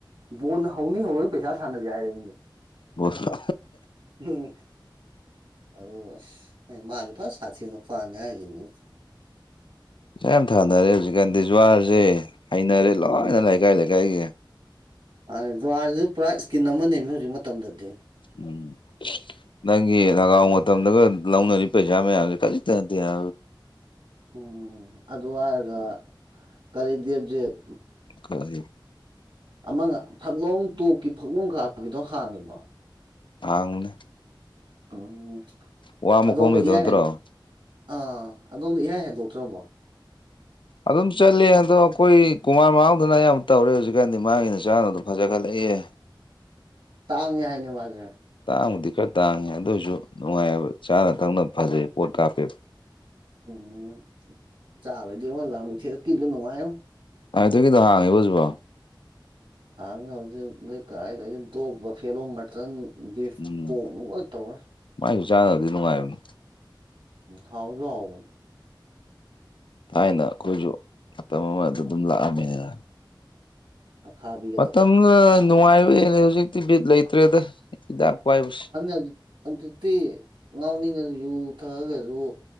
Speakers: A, on the right (about 75°); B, on the left (about 75°).
A: ꯕꯣꯟ ꯍꯧꯅꯤ ꯍꯧꯔꯣꯢ ꯄꯩꯁꯥ ꯊꯥꯅꯁꯦ ꯍꯥꯏꯔꯛꯏꯅꯦ
B: ꯕꯣꯜꯁ
A: ꯎꯝ ꯑꯗꯨꯒ ꯑꯁ ꯃꯥꯗꯤ ꯐ ꯁꯥꯊꯤꯕ ꯅꯨꯄꯥꯅꯦ ꯍꯥꯏꯁꯤꯅꯤ
B: ꯄꯥ ꯌꯥꯝ ꯊꯥꯅꯔꯦ ꯍꯧꯖꯤꯛꯀꯥꯟꯗꯤ ꯖꯨꯋꯥꯔꯁꯦ ꯍꯩꯅꯔꯦ ꯂꯣꯏꯅ
A: ꯎꯝ
B: ꯂꯩꯀꯥꯏ ꯂꯩꯀꯥꯏꯒꯤ
A: ꯃꯥꯅꯤ ꯖꯥꯔꯁꯤꯁꯨ ꯄꯨꯔꯥ ꯏꯁꯀꯤꯟ ꯑꯃꯅꯦꯕ ꯍꯧꯖꯤꯛ ꯃꯇꯝꯗꯗꯤ
B: ꯎꯝ ꯅꯪꯒꯤ ꯅꯒꯥꯎ ꯃꯇꯝꯗꯒ ꯂꯧꯅꯔꯤꯕ ꯄꯩꯁꯥ ꯃꯌꯥꯝꯁꯦ ꯈꯖꯤꯛꯇꯠꯇꯦꯅ
A: ꯎꯝ ꯑꯗꯨ ꯍꯥꯏꯔꯒ ꯀꯔꯤ ꯗꯦꯞꯖꯤꯠ
B: ꯀꯔꯤ
A: ꯑꯃꯒ ꯐꯛꯂꯣꯡ ꯇꯣꯞꯀꯤ ꯐꯛꯂꯣꯡ ꯀꯥꯕꯤꯗꯣ ꯍꯥꯡꯉꯤꯕꯣ
B: ꯍꯥꯡꯕꯅꯦ
A: ꯎꯝ
B: ꯋꯥ ꯃꯈꯣꯡꯒꯤꯗꯣ
A: ꯑꯗꯣꯝꯗ ꯏꯍꯥꯏ
B: ꯅꯠꯇ꯭ꯔꯣ
A: ꯍꯥꯏꯗꯣꯛ ꯑꯥ ꯑꯗꯣꯝꯗ ꯏꯍꯥꯏ ꯍꯥꯏꯗꯣꯛꯇ꯭ꯔꯕꯣ
B: ꯑꯗꯨꯝ ꯆꯠꯂꯦ ꯑꯗꯣ ꯑꯩꯈꯣꯏ ꯀꯨꯃꯥꯔ ꯃꯅꯥꯎꯗꯅ ꯌꯥꯝ ꯇꯧꯔꯦ ꯍꯧꯖꯤꯛꯀꯥꯟꯗꯤ ꯃꯥꯒꯤꯅ ꯆꯥꯅꯕꯗꯣ ꯐꯖꯈꯠꯂꯛꯏꯌꯦ
A: ꯇꯥꯡꯉꯦ ꯍꯥꯏꯅꯦ ꯃꯥꯖꯦ
B: ꯇꯥꯡꯕꯨꯗꯤ ꯈꯔ ꯇꯥꯡꯉꯦ ꯑꯗꯨ ꯑꯣꯏꯔꯁꯨ ꯅꯨꯡꯉꯥꯏꯑꯕ ꯆꯥꯅ ꯊꯛꯅꯕ ꯐꯖꯩ ꯄꯣꯠ ꯀꯥꯞꯄꯦꯕ
A: ꯎꯝ ꯆꯥꯕꯗꯤ ꯋꯥ ꯂ ꯊ ꯀꯗꯨ ꯅꯨꯡꯉꯥꯏꯉꯣ
B: ꯑꯗꯨꯒꯤꯗ ꯍꯥꯡꯉꯦꯕ ꯍꯧꯖꯤꯕꯣ
A: ꯍꯥꯡꯅ ꯍꯧꯖꯤꯛ ꯑꯗꯩ ꯀꯗꯥꯥꯏꯗꯒꯤ ꯇꯣꯛꯄ ꯐꯦꯂꯣꯝ ꯃꯇꯟ ꯒꯤꯐ
B: ꯎꯝ
A: ꯄꯣꯛ ꯅꯨꯡꯒ ꯇꯧꯔꯦ
B: ꯃꯥꯏꯁꯨ ꯆꯥꯅꯕꯗꯤ ꯅꯨꯡꯉꯥꯏꯕꯅꯤ
A: ꯍꯥꯎꯖꯨ ꯍꯥꯎꯕꯅꯦ
B: ꯊꯥꯏꯅ ꯑꯩꯈꯣꯏꯁꯨ ꯃꯇꯝ ꯑꯃꯗ ꯑꯗꯨꯝ
A: ꯎꯝ
B: ꯂꯥꯛꯑꯝꯃꯦꯅ
A: ꯑ ꯈꯥꯕꯤ
B: ꯃꯇꯝꯗꯨꯅ ꯅꯨꯡꯉꯥꯏꯕ ꯍꯦꯟꯂꯤ ꯍꯧꯖꯤꯛꯇꯤ ꯕꯤꯠ ꯂꯩꯇ꯭ꯔꯦꯗ ꯍꯤꯗꯥꯛ ꯄꯥꯏꯕꯁꯦ
A: ꯑ ꯑꯗꯨꯛꯇꯤ ꯉꯥꯎꯅꯤꯡꯉꯁꯨ ꯌꯨ ꯊꯛꯑꯒꯁꯨ